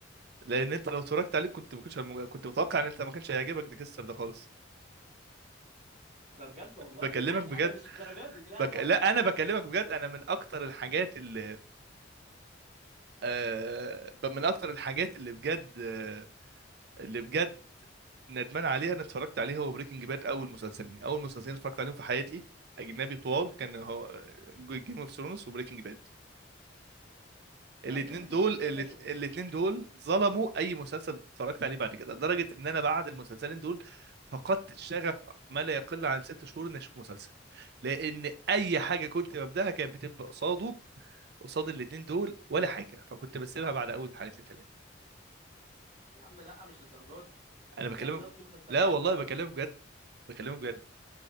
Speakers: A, on the right; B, on the right.
A: لان انت لو اتفرجت عليه كنت ما كنتش كنت متوقع ان انت ما كانش هيعجبك ديكستر ده خالص
B: ده بجد والله
A: بكلمك
B: <laughs>
A: بجد
B: مش للدرجه دي لا
A: بك...
B: لا لا
A: لا
B: لا
A: انا
B: فكك
A: بكلمك
B: مش
A: بجد
B: للدرجه
A: انا
B: دي
A: من اكتر الحاجات اللي آه... ب- من اكتر الحاجات اللي بجد آه، اللي بجد ندمان عليه انا اتفرجت عليه هو بريكنج باد اول مسلسلين اول مسلسلين اتفرجت عليهم في حياتي اجنبي طوال كان هو جيم اوف ثرونز وبريكنج باد الاثنين
B: انا جيم بريكنج
A: دول
B: باد
A: الات-
B: كده كده شفته
A: الاتنين دول ظلموا اي مسلسل اتفرجت عليه بعد كده لدرجه ان انا بعد المسلسلين دول فقدت الشغف ما لا يقل عن ست شهور اني اشوف مسلسل لان اي حاجه كنت ببداها كانت بتبقى قصاده قصاد الاتنين دول ولا حاجه فكنت بسيبها بعد اول حلقتين ثلاثه
B: يا عم لا مش للدرجه دي
A: انا بكلمك
B: في افلام في مسلسلات
A: لا
B: جامده
A: والله
B: قوي
A: بكلمك بجد بكلمك بجد